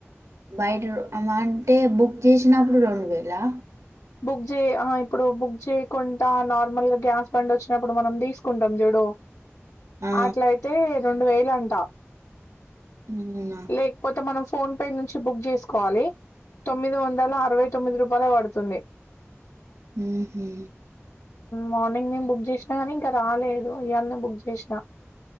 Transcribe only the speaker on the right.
బయట అంటే బుక్ చేసినప్పుడు రెండు వేలా
ఆ
అవునా
ఉహు